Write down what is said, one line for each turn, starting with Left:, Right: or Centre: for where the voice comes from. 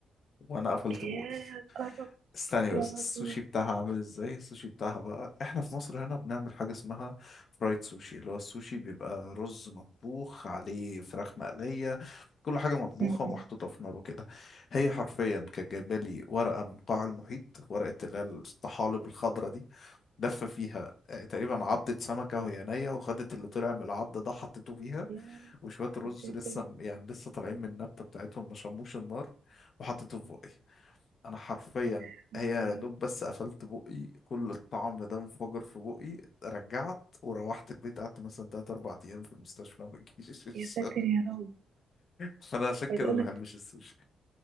Left: وانا قفلت
Right: ايه
Left: بقي
Right: قرب
Left: استني
Right: خلاص
Left: بس السوشي
Right: م-
Left: بتاعها عامل ازاي السوشي بتاعها بقى احنا في مصر هنا بنعمل حاجة اسمها فرايد سوشي اللي هو السوشي بيبقى رز مطبوخ عليه فراخ مقلية كل حاجة مطبوخة
Right: م.
Left: ومحطوطة في نار وكده هي حرفيا كانت جايبة لي ورقة من قاع المحيط ورقة اللي هي الطحالب الخضرا دي لفة فيها آه، تقريبا عضة سمكة وهي نية وخدت اللي طلع من العض ده حطته فيها
Right: ياه،
Left: وشوية الرز
Right: يا ساتر
Left: لسه م- يعني لسه طالعين من النبتة بتاعتهم ما شموش النار وحطيته في بقي أنا حرفيا
Right: يا لهوي
Left: هي يا دوب بس قفلت بقي كل الطعم ده انفجر في بقي رجعت وروحت البيت قعدت مثلا تلات أربع أيام في المستشفى ما بجيش <laughs>
Right: يا ساتر يا رب
Left: فأنا عشان كده
Right: عايز اقول
Left: ما
Right: لك
Left: بحبش السوشي